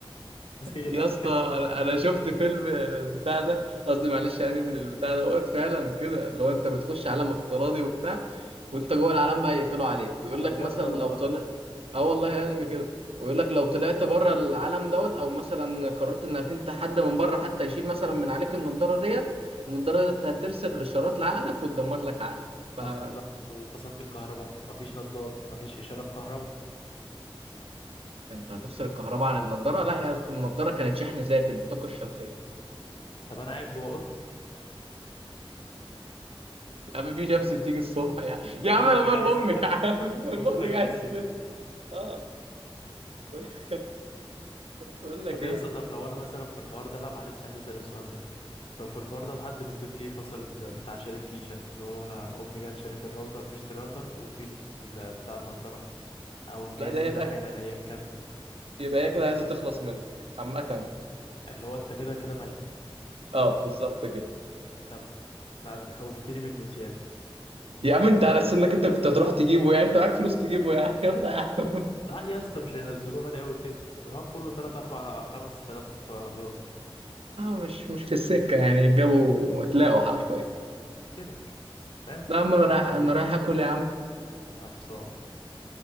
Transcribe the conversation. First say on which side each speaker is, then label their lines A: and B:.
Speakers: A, on the left; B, on the right.
A: <laughs> زي
B: يا
A: الافلام
B: اسطى انا أنا شفت فيلم البتاع ده قصدي معلش يعني من البتاع دوت فعلا كده لو انت بتخش عالم افتراضي وبتاع وانت جوه العالم بقى يقفلوا عليك ويقول
A: ده
B: لك
A: بجد
B: مثلا
A: والله
B: لو طلع اه والله انمي كده ويقول لك لو طلعت بره العالم دوت او مثلا قررت انك انت حد من بره حتى يشيل مثلا من عليك النضاره ديت النضاره ديت هترسل اشارات لعقلك وتدمر لك عقلك فانت
A: طب لو فصلت الكهرباء مفيش نضارة مفيش اشارات كهرباء
B: هتفصل الكهرباء عن النضاره لا هي النضاره كانت شحن ذاتي بالطاقه الشمسيه
A: طب انا قاعد جوه اوضتي
B: يا عم في شمس بتيجي الصبح يا عم يا
A: المخرج
B: عم انا مال
A: عايز
B: امي
A: كده
B: يا عم <laughs> المخرج
A: المخرج
B: عايز
A: عايز كده
B: كده اه <laughs> بقول لك
A: طب يا
B: ايه
A: اسطى طب لو انا مثلا في الحوار ده لا معلش عايز اسال السؤال ده لو في الحوار ده وحد من البيت جه فصل ال- بتاع شال الفيشه اللي هو امي جت شالت الراوتر فيشه الراوتر وفيش ال- بتاع النضاره او الجهاز
B: لا ده
A: اللي
B: يبقى
A: انا قاعد عليه ايا كان
B: يبقى هي كده عايزه تخلص منك عامه يعني
A: اللي هو انت كده كده ميت
B: اه بالظبط كده
A: طب لا انت خوفتني منه زياده
B: يا عم انت على سنك انت كنت هتروح تجيبه يعني انت معاك فلوس تجيبه يا عم <laughs> يلا يا عم
A: لا يا اسطى مش هينزلوه غالي قوي كده الحوار كله 3 4 5000 دولار
B: اه مش مش في السكه يعني جابوا وتلاقوا حرفيا
A: كده فاهم
B: لا اما انا رايح انا رايح اكل يا عم
A: يا خلصان